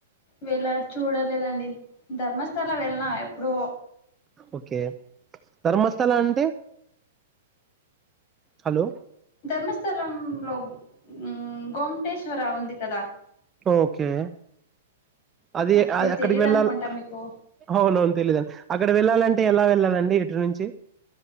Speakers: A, on the left; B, on the right.
A: వెళ్ళ చూడలేదండి ధర్మస్థలా వెళ్ళిన ఎప్పుడో
B: ఓకే ధర్మస్థల అంటే హలో
A: ధర్మస్థలం లో ఉమ్ గోమటేశ్వర ఉంది కదా
B: ఓకే అది
A: ఓకే
B: అక్కడికి
A: తెలీదు
B: వెళ్ళాల
A: అనుకుంటా మీకు
B: అవునవును తెలీదండి అక్కడ వెళ్ళాలంటే ఎలా లలండి ఇటు నుంచి